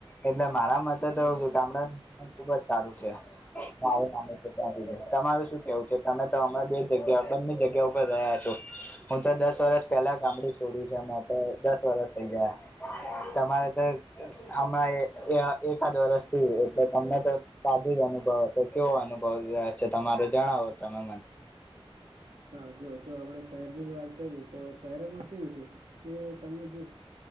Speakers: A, on the left; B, on the right.
A: એટલે મારા મતે
B: હા
A: તો
B: હા
A: ગામડા ખુબ જ સારું છે માું માનું છે ત્યાં સુધી તમારું શું કેવું છે તમે તો હમે બે જગ્યા બંને જગ્યા ઉપર રહ્યા છો હું તો દસ વરસ પેલા ગામડું છોડ્યું છે મેમે તો દસ વરષ થઇ ગયા તમારે તો હમણાં એકાદ વરષથી એટલે તમને તો સાદું જ અનુભવ હશે કેવો અનુભવ રહે છે તમાર જણાવો તમે મને
B: <inaudible> તો આપડે શહેર ની વાત કરીએ તો શહેરમાં કેવું છે કે તમને જે